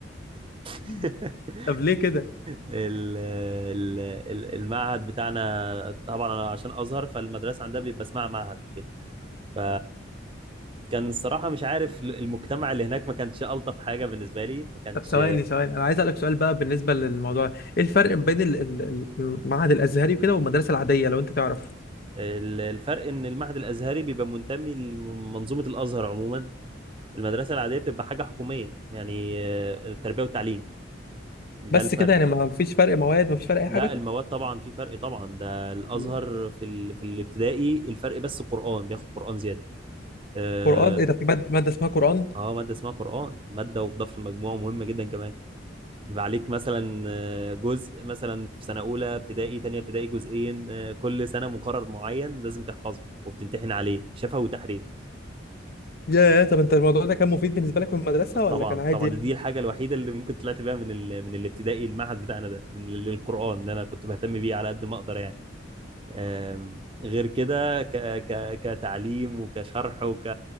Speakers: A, on the right (about 30°); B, on the left (about 50°).
A: <laughs>
B: <laughs> طب ليه كده
A: ال- ال- ال- المعهد بتاعنا طبعا انا عشان ازهر فالمدرسه عندها بيبقى اسمها معهد وكده ف كان الصراحه مش عارف المجتمع اللي هناك ما كانش الطف حاجه بالنسبه لي ما كانش
B: طب ثواني ثواني انا عايز اسالك سؤال بقى بالنسبه للموضوع ايه الفرق بين ال- ال- ال- المعهد الازهري وكده والمدرسه العاديه لو انت تعرف
A: ال- الفرق ان المعهد الازهري بيبقى منتمي لمنظومه الازهر عموما المدرسة العادية بتبقى حاجة حكومية يعني آه، التربية والتعليم ده
B: بس
A: الفرق
B: كده يعني ما فيش فرق مواد ما فيش فرق اي
A: لا
B: حاجه
A: المواد طبعا في فرق طبعا ده الأزهر
B: مم.
A: في ال... في الابتدائي الفرق بس قرآن بياخد قرآن زيادة اه
B: قران ايه ده في ماده مادة اسمها قران
A: آه، مادة اسمها قرآن مادة وتضاف للمجموع مهمة جدا كمان بيبقى عليك مثلا آه، جزء مثلا في سنة أولى ابتدائي تانية ابتدائي جزئين آه، كل سنة مقرر معين لازم تحفظه وبتمتحن عليه شفوي وتحرير
B: ياه طب انت الموضوع ده كان مفيد بالنسبه لك في المدرسه ولا
A: طبعا
B: كان عادي
A: طبعا
B: يعني
A: دي الحاجه الوحيده اللي ممكن طلعت بيها من ال... من الابتدائي المعهد بتاعنا ده من ال- القران ان انا كنت بهتم بيه على قد ما اقدر يعني أم، غير كده ك... ك... كتعليم وكشرح وك